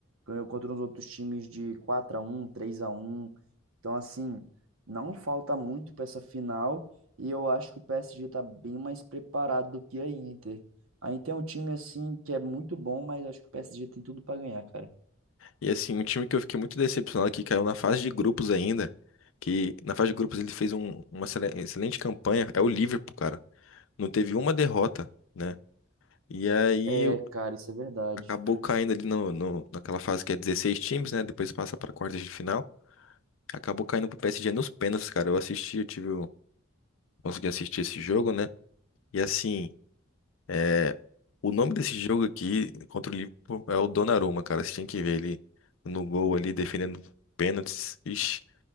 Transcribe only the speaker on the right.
ganhou contra os outros times de quatro a um três a um Então, assim, não falta muito para essa final e eu acho que o PSG está bem mais preparado do que a Inter. A Inter é um time assim que é muito bom, mas acho que o PSG tem tudo para ganhar, cara.
É,
cara, isso é verdade.